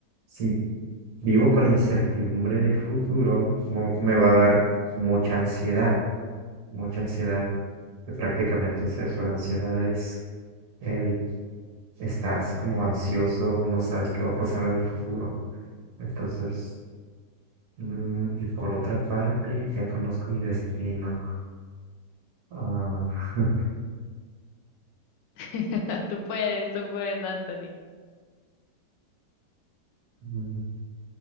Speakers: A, on the right; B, on the left.
A: si vivo con la incertidumbre del futuro, mo- me va a dar mucha ansiedad, mucha ansiedad. que prácticamente es eso, la ansiedad es el, estás como ansioso, no sabes qué va a pasar del futuro. Entonces, mm, y por otra parte, ya conozco mi destino. Ah, <laughs>
B: <laughs> Tú puedes, tú puedes, Anthony.
A: Mm,